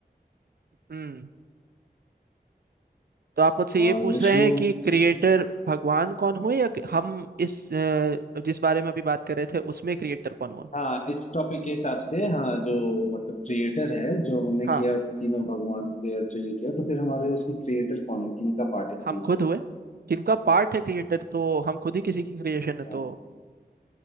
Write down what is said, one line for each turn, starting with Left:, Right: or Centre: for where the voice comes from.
Right: हम्म तो आप मुझसे ये
Left: और
Right: पूछ
Left: विष्णु
Right: रहे हैं कि क्रिएटर भगवान कौन हुए या कि हम इस अ, जिस बारे में अभी बात कर रहे थे उसमें क्रिएटर कौन हुआ
Left: हाँ इस टॉपिक के हिसाब से हाँ जो मतलब क्रिएटर है जो हमने
Right: हाँ
Left: किया तीनों भगवान के जो ये किया तो फिर हमारे उसमें क्रिएटर कौन है किन का पार्ट है क्रिएटर
Right: हम खुद हुए जिनका पार्ट है क्रिएटर तो हम खुद ही किसी की क्रिएशन है
Left: हाँ
Right: तो